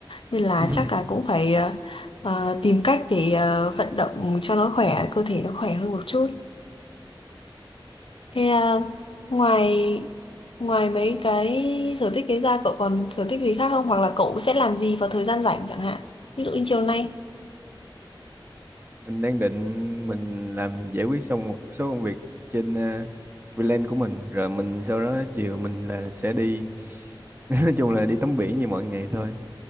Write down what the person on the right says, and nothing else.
<laughs>
mình đang định mình làm giải quyết xong một số công việc trên uh, freelance của mình rồi mình sau đó chiều mình là sẽ đi <laughs> nói chung là đi tắm biển như mọi ngày thôi